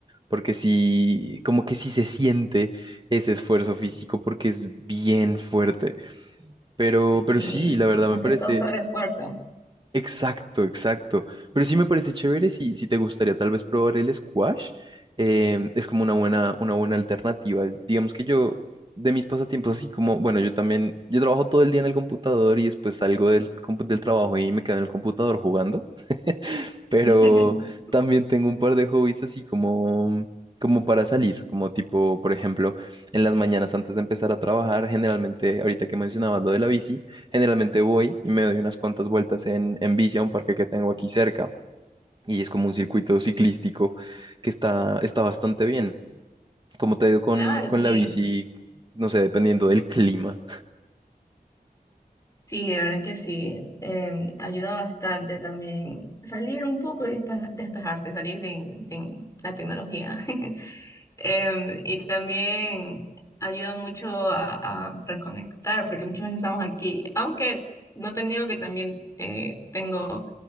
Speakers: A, on the right; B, on the left.
A: porque sí, como que sí se siente ese esfuerzo físico porque es bien fuerte. Pero, pero
B: Sí,
A: sí, la verdad
B: más
A: me parece...
B: que todo sobre esfuerzo.
A: Exacto, exacto. Pero sí me parece chévere si, si te gustaría tal vez probar el squash. em, es como una buena, una buena alternativa. Digamos que yo, de mis pasatiempos, así como, bueno, yo también, yo trabajo todo el día en el computador y después salgo del, compu- del trabajo y me quedo en el computador jugando. <laughs> Pero
B: <laughs>
A: también tengo un par de hobbies así como, como para salir, como tipo, por ejemplo, en las mañanas antes de empezar a trabajar, generalmente, ahorita que mencionabas lo de la bici. Generalmente voy y me doy unas cuantas vueltas en, en bici a un parque que tengo aquí cerca y es como un circuito ciclístico que está, está bastante bien. Como te digo con,
B: Claro,
A: con
B: sí,
A: la bici, no sé, dependiendo del clima.
B: sí, de verdad que sí. em, ayuda bastante también salir un poco y despe- despejarse, salir sin, sin la tecnología. <laughs> Em, y también ayuda mucho a, a reconectar, porque muchas veces estamos aquí, aunque no te niego que también eh, tengo